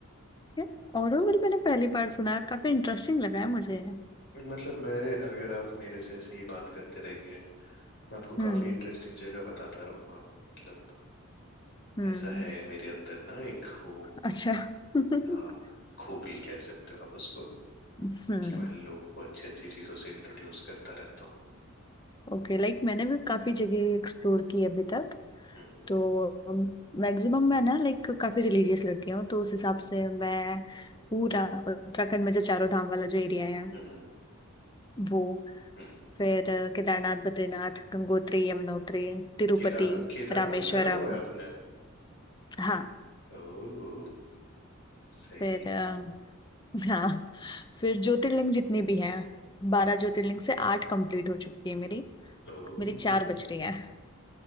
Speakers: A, on the left; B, on the left.
A: यार, ऑरोविल मैंने पहली बार सुना है काफी इंटरेस्टिंग लगा है मुझे
B: मतलब मैं अगर आप मेरे से ऐसे ही बात करते रहेंगे मैं आपको
A: हम्म
B: काफी इंटरेस्टिंग जगह बताता रहूंगा मतलब
A: हम्म
B: ऐसा है मेरे अंदर ना एक वो
A: अच्छा <laughs>
B: आ, खूबी कह सकते हो आप उसको
A: हम्म
B: कि मैं लोगों को अच्छी अच्छी चीजों से इंट्रोड्यूस करता रहता हूँ
A: ओके लाइक मैंने भी काफी जगह एक्सप्लोर की है अभी तक
B: हम्म
A: तो मैक्सिमम मैं ना लाइक काफी रिलीजियस लड़की हूँ तो उस हिसाब से मैं
B: हम्म
A: पूरा उत्तराखंड में जो चारों धाम वाला जो एरिया है
B: हम्म
A: वो
B: हम्म। हम्म।
A: फिर अ, केदारनाथ बद्रीनाथ गंगोत्री यमुनोत्री तिरुपति
B: केदार केदारनाथ
A: रामेश्वरम
B: करा हुआ है आपने
A: हाँ
B: ओह सही
A: फिर अ, <laughs> हाँ फिर ज्योतिर्लिंग जितनी भी हैं बारह ज्योतिर्लिंग से आठ कंप्लीट हो चुकी है मेरी
B: ओह
A: मेरी चार बच रही हैं